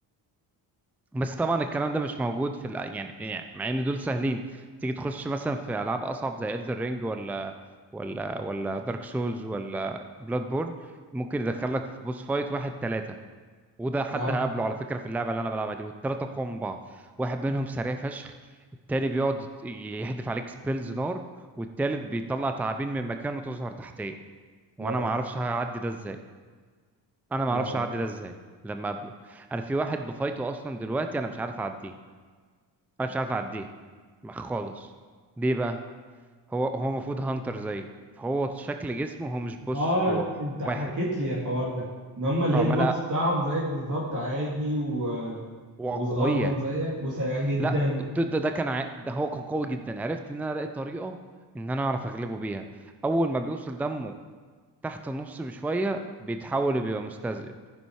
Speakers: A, in the centre; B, on the right (about 40°).
A: بس طبعا الكلام ده مش موجود في الأ- يعني يعني مع ان دول سهلين تيجي تخش مثلا في العاب اصعب زي Elden Ring ولا ولا ولا دارك سولز ولا بلاد بورن ممكن يدخلك في بوس فايت واحد ثلاثة وده حد
B: نعم
A: هقابله على فكرة في اللعبة اللي انا بلعبها دي والثلاثة اقوى من بعض واحد منهم سريع فشخ التاني بيقعد يت- يحدف عليك سبيلز نار والتالت بيطلع تعابين من مكانه تظهر تحتيه وانا
B: واو
A: ما اعرفش هعدي ده ازاي انا ما اعرفش
B: واو
A: هعدي ده ازاي لما اقابله انا في واحد بفايته اصلا دلوقتي انا مش عارف اعديه انا مش عارف اعديه ما- خالص ليه بقى هو هو المفروض هانتر زي فهو شكل جسمه هو مش بص
B: اه
A: هو
B: انت حكيت
A: واحد
B: لي الحوار ده ان هم الهيت
A: اه ما
B: بوكس
A: انا
B: بتاعهم زيك بالظبط عادي و...
A: وقوية
B: وصغنن زيك وسريع جدا
A: لا ده, ده, ده كان ع... ده هو كان قوي جدا عرفت ان انا الاقي طريقة ان انا اعرف اغلبه بيها اول ما بيوصل دمه تحت النص بشوية بيتحول بيبقى مستذئب